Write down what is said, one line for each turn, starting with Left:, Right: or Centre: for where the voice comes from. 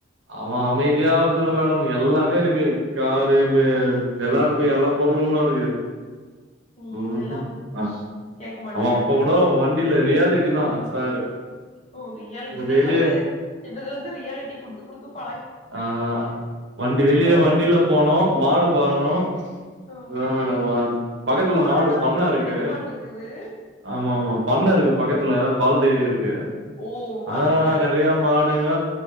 Right: அவன் அமைதியாவருதல மேடம் எல்லாமே இருக்கு காரு வெ வெளாடுறதுக்கு எல்லா பொருளெல்லா இருக்கு
Left: ம்
Right: <unintelligible>
Left: எல்லா
Right: ஆ
Left: கேக்க மாட்டாங்க
Right: அவன் அப்ப கூட் அடோ வண்டில ரியாலிட்டி தான் சாரு
Left: ஓ ரியாலிட்டி
Right: வெளிய
Left: நீங்க வந்து சின்னதுல இருந்து ரியாலிட்டி குடுத்து குடுத்து பழ
Right: ஆ வண்டி வெளிய
Left: அதா
Right: வண்டிலப் போனும் மாடு பாக்கனு
Left: ம்
Right: வேறன்ன <unintelligible> பக்கத்துல
Left: மாடர்னா
Right: மாடு பண்ண
Left: ரொம்ப
Right: இருக்கு
Left: புடிக்க மாட்ருக்குது
Right: ஆமா ஆமா பண்ண இருக்கு பக்கத்துல பால் டைரி இருக்கு
Left: ஓ
Right: அதனால
Left: பாத்துட்டாரு
Right: நெறைய மாடுங்க